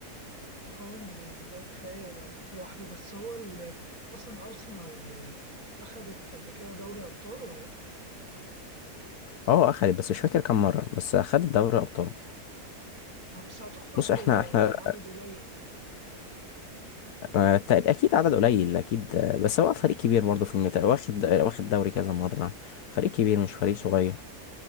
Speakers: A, on the right (about 60°); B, on the left (about 75°).
A: اه يعني ده كفاية لوحده بس هو ال- أصلا أرسنال آه، أخدت قبل كده دوري أبطال ولا لأ؟
B: اه اخدت بس مش فاكر كام مره بس اخدت دوري ابطال
A: آه، بس أعتقد
B: بص احنا
A: آه،
B: احنا
A: عدد قليل يعني
B: آه، تق- اكيد عدد قليل اكيد آه، بس هو فريق كبير برضه في انجلترا واخد واخد دوري كذا مره فريق كبير مش فريق صغير